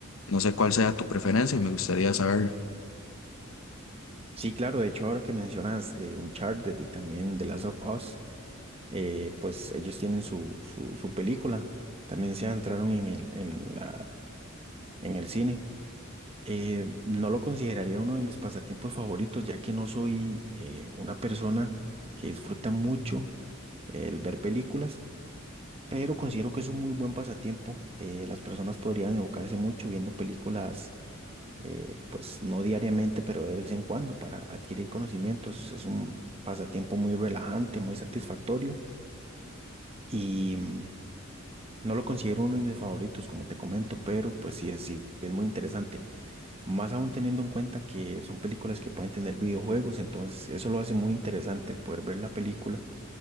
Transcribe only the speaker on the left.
No sé cuál sea tu preferencia y me gustaría saberlo.